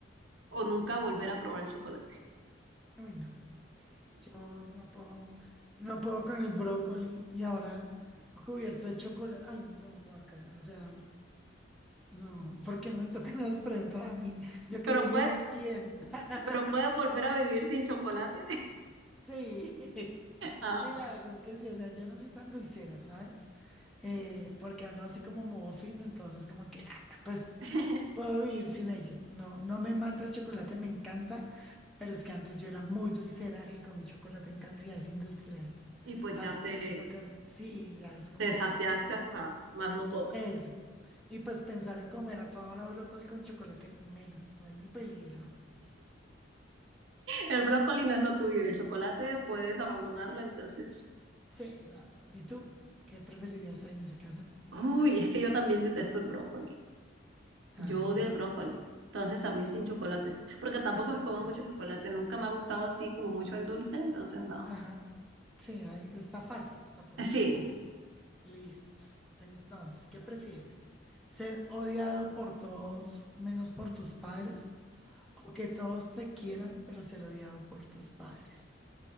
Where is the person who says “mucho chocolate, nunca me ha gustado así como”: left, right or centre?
Right